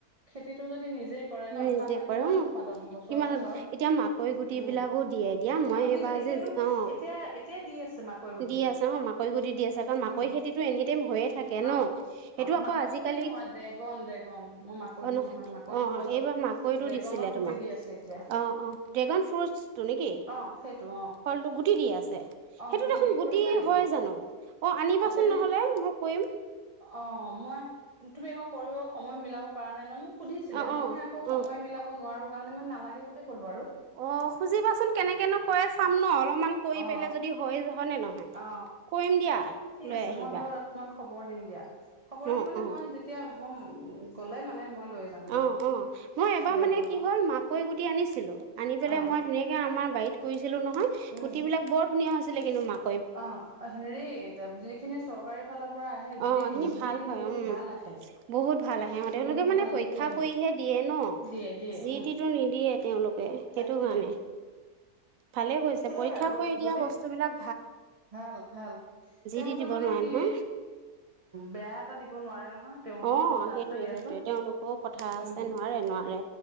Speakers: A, on the right; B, on the right.
A: খেতিটো যদি নিজে কৰে ন
B: নিজে
A: তাৰ পৰা কিমান
B: কৰো
A: উৎপাদন হব
B: কিমানত
A: চোৱাচোন বাৰু
B: এতিয়া মাকৈ গুটি
A: উম
B: বিলাকো দিয়ে দিয়া মই
A: অ দিছে
B: এইবাৰ
A: এতিয়াতো
B: যে অ,
A: এতিয়া এতিয়া দি আছে মাকৈ গুটি
B: দি আছে অ মাকৈ গুটি দি আছে কাৰণ মাকৈ
A: উম
B: খেতিতটো এনিটাইম এথাকে
A: অ
B: ন সেইটো
A: অ
B: আকৌ
A: মাকৈ
B: আজিকালি
A: গুটি নহয় ড্ৰেগন ড্ৰেগন মোৰ মাকৈটো
B: অ
A: নহয় মাকৈটো
B: অ
A: হৈ গ'ল
B: এইবাৰ মাকৈটো
A: ড্ৰেগনৰ
B: দিছিলে
A: গুটি
B: তোমাক
A: দি আছে এতিয়া
B: অ অ ড্ৰেগন ফ্ৰুটছটো নেকি?
A: অ সেইটো অ
B: ফলটো গুটি দি আছে সেইটোত
A: অ
B: দেখোন
A: দি
B: গুটি
A: কৰিবা নেকি
B: হয় জানো? অ আনিবাচোন
A: তেনে
B: নহলে মই কৰিম
A: অ মই তুমি আকৌ কৰিব সময় মিলাব পৰা নাই নহয় মোক সুধিছিলে
B: অ
A: মইহে
B: অ
A: আকৌ সময়
B: অ
A: মিলাব নোৱাৰো। কাৰণে মান নালাগে বুলি ক'লো আৰু
B: অ খুজিবাচোন কেনেকেনো কৰেই চাম ন অলপ। অমান কৰি
A: অ
B: পেলাই যদি হয় য নে নহয়
A: অ
B: কৰিম দিয়া
A: ঠিক
B: লৈ
A: আছে
B: আহিবা
A: মই বাৰু তোমাক খবৰ দিম দিয়া খবৰ
B: অ
A: দিম মানে
B: অ
A: মই যেতিয়া মই উম গ'লে মানে মই লৈ যাম দিয়া।
B: অ অ মই এবাৰ
A: ড্ৰেগনৰ
B: মানে কি হ'ল মাকৈ গুটি আনিছিলো। আনি পেলাই
A: অ
B: মই ধুনীয়াকে আমাৰ বাৰীত কৰিছিলো নহয়
A: উম
B: গুটি বিলাক বৰ ধুনীয়া হৈছিলে কিন্তু মাক
A: অ হেৰি যিখিনি চৰকাৰী ফালৰ পৰা আহে গুটিখিনি
B: অ
A: সেইখিনি
B: ভাল
A: কিন্তু
B: হয়
A: বহুত
B: উম
A: ভাল আহে
B: বহুত ভাল আহে সিহঁ তেওঁলোকে
A: বহুত
B: মানে
A: ভাল
B: পৰিক
A: গুটি
B: <unintelligible> শিক্ষা
A: আহে
B: কৰিহে দিয়ে ন
A: দিয়ে দিয়ে
B: যি
A: উম
B: টি টো নিদিয়ে <unintelligible> তেওঁলোকে সেইটো
A: তাকে
B: কাৰণে ভালে কৈছে
A: সেইয়াই
B: পৰীক্ষা
A: আৰু
B: কৰি দিয়া
A: যদি
B: বস্তু বিলাক
A: ভাল ভাল তেওঁলোকে
B: টি দিব
A: মানে
B: নোৱাৰে
A: কি
B: নহয়
A: বেয়া এটা দিব নোৱাৰে নহয় তেওঁলোকৰো
B: অ
A: কথা
B: সেইটোয়ে
A: আছে দিয়াচোন
B: সেইটোয়ে তেওঁলোকৰও কথা আছে
A: উম
B: নোৱাৰে নোৱাৰে